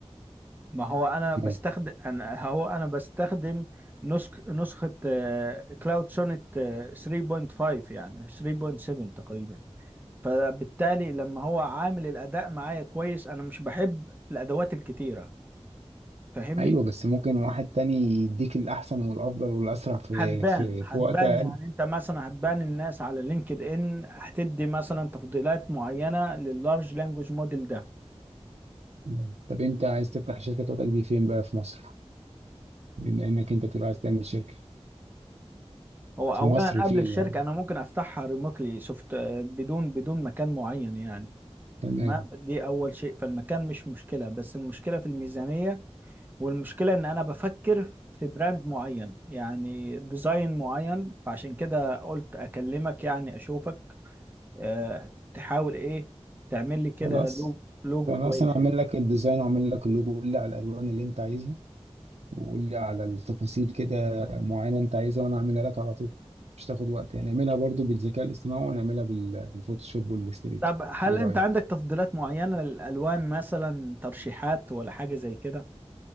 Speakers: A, on the right; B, on the right.
A: ما هو انا بستخدم
B: مم.
A: انا هو انا بستخدم نسخ نسخة كلاود سونيت 3.5 يعني 3.7 تقريبا فبالتالي لما هو عامل الاداء معايا كويس انا مش بحب الادوات الكتيره فاهمني
B: ايوه بس ممكن واحد تاني يديك الاحسن والافضل والاسرع في
A: هتبان
B: في
A: هتبان
B: في وقت اقل
A: يعني انت مثلا هتبان الناس على لينكد ان هتدي مثلا تفضيلات معينه لللارج لانجوج موديل ده
B: مم. طب انت عايز تفتح شركة بتاعتك دي فين بقى في مصر؟ بما انك انت بتقول عايز تعمل شركة
A: هو
B: في
A: اولا
B: مصر
A: قبل
B: فين
A: الشركه
B: يعني؟
A: انا ممكن افتحها ريموتلي سوفت بدون بدون مكان معين يعني
B: تمام
A: تمام دي اول شيء فالمكان مش مشكله بس المشكله في الميزانيه والمشكله ان انا بفكر في براند معين يعني ديزاين معين فعشان كده قلت اكلمك يعني اشوفك آه، تحاول ايه تعمل لي كده
B: خلاص
A: لو- لوجو
B: فانا
A: كويس
B: اصلا اعمل
A: يعني
B: لك الديزاين واعمل لك اللوجو قول لي على الالوان اللي انت عايزها وقول لي على التفاصيل كده معينه انت عايزها وانا اعملها لك على طول مش تاخد وقت يعني نعملها برضو بالذكاء الاصطناعي ونعملها بال- بالفوتوشوب والاستريتور
A: طب هل
B: ايه رايك
A: انت عندك تفضيلات معينة للالوان مثلا ترشيحات ولا حاجة زي كده